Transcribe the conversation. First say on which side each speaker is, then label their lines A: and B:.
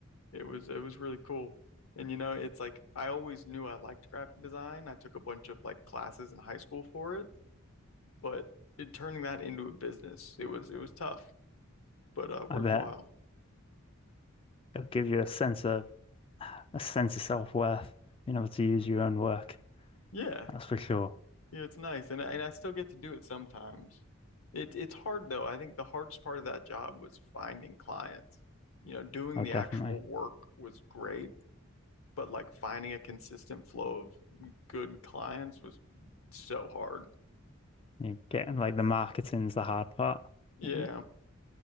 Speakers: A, on the left; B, on the left.
A: It was it was really cool. And you know, it's like I always knew I liked graphic design. I took a bunch of like classes in high school for it, but it, turning that into a business, it was it was tough. but uh, worthwhile.
B: I bet it'll give you a sense of a sense of self-worth, being able to use your own work.
A: Yeah,
B: That's for sure.
A: yeah, it's nice, and and I still get to do it sometimes. It it's hard though. I think the hardest part of that job was finding clients. You know, doing
B: Oh,
A: the
B: definitely.
A: actual work was great, but like finding a consistent flow of good clients was so hard.
B: You're getting like the marketing's the hard part,
A: Yeah,
B: right?